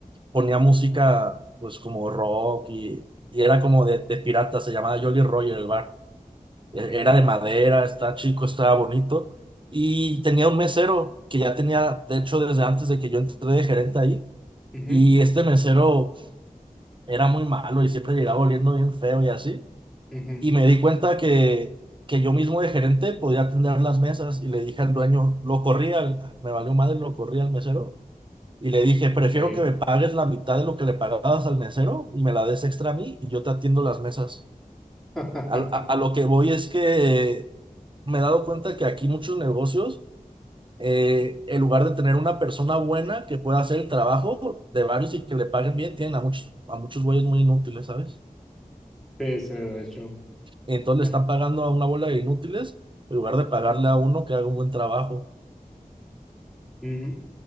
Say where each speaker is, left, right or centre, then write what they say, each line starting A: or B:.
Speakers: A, on the right; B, in the centre.
A: ponía música pues como rock y, y era como de, de pirata, se llamaba Jolly Roger el bar.
B: ok,
A: E- Era de madera, estaba chico, estaba bonito. Y tenía un mesero que ya tenía, de hecho, desde antes de que yo entré de gerente ahí.
B: ujú,
A: Y este mesero era muy malo y siempre llegaba oliendo bien feo y así.
B: ujú,
A: Y me di cuenta que, que yo mismo de gerente podía atender las mesas y le dije al dueño, lo corrí al, me valió madre, lo corrí al mesero y le dije,
B: ok.
A: prefiero que me pagues la mitad de lo que le pagabas al mesero y me la des extra a mí y yo te atiendo las mesas.
B: <laughs>
A: Al- A, a lo que voy es que me he dado cuenta que aquí muchos negocios, eh, en lugar de tener una persona buena que pueda hacer el trabajo de varios y que le paguen bien, tienen a muchos, a muchos güeyes muy inútiles, ¿sabes?
B: Sí, sí, de hecho.
A: Entonces le
B: eh,
A: están pagando a una bola de inútiles en lugar de pagarle a uno que haga un buen trabajo.
B: ujú,